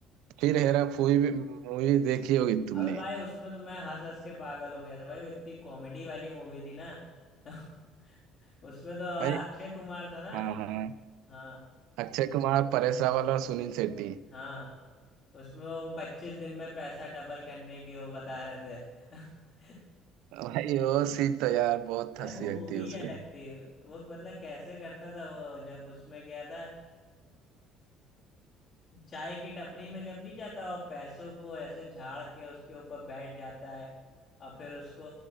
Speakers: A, on the right (about 80°); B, on the left (about 40°).
A: फिर
B: हाँ
A: हेरा फेरी भी मूवी देखी होगी तुमने
B: अबे भाई उसमें तो मैं हंस हंस के पागल हो गया था भाई वो इतनी कॉमेडी वाली मूवी थी ना <laughs> उसमें तो
A: भाई
B: अक्षय कुमार था ना
A: हाँ हाँ
B: हाँ
A: अक्षय कुमार परेश रावल और सुनील शेट्टी
B: हाँ उसमें वो पच्चीस दिन में पैसा डबल करने की वो बता रहे थे <laughs>
A: भाई वो सीन तो यार बहुत
B: भाई
A: हंसी
B: वो
A: लगती
B: मूवी
A: है
B: ही
A: उसपे
B: अलग थी वो मतलब कैसे करता था वो जब उसमें गया था चाय की टपरी में जब नहीं जाता और पैसों को ऐसे झाड़ के उसके ऊपर बैठ जाता है और फिर उसको